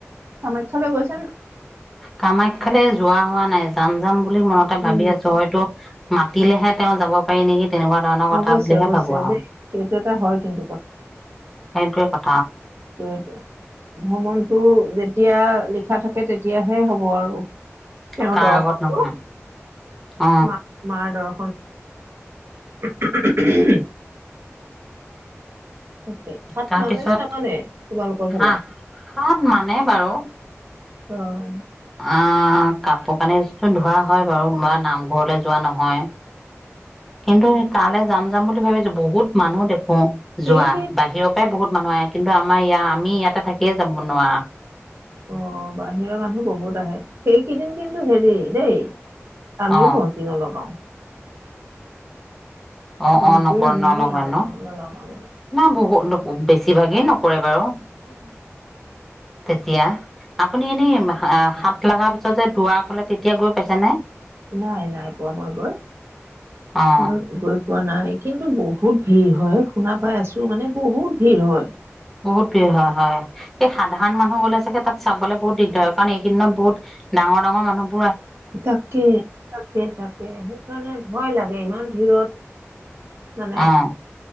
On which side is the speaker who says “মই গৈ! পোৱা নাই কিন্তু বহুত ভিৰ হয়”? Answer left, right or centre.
Right